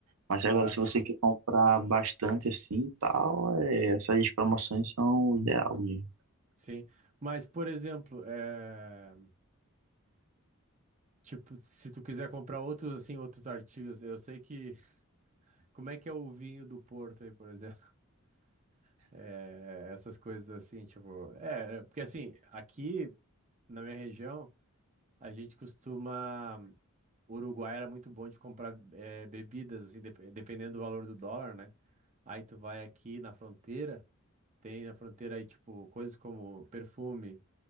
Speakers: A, on the right (about 80°); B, on the right (about 35°).
A: Mas
B: claro,
A: agora, se você quer comprar bastante assim e tal, é, essas promoções são o ideal mesmo.
B: sim. Mas, por exemplo, é, tipo, se tu quiser comprar outros, assim, outros artigos, eu sei que... <laughs> Como é que é o vinho do Porto aí, por exemplo? <laughs> É, essas coisas assim, tipo... É, é, porque assim, aqui na minha região, a gente costuma... O Uruguai era muito bom de comprar eh, bebidas, assim, dep- dependendo do valor do dólar, né? Aí tu vai aqui na fronteira, tem na fronteira aí, tipo, coisas como perfume,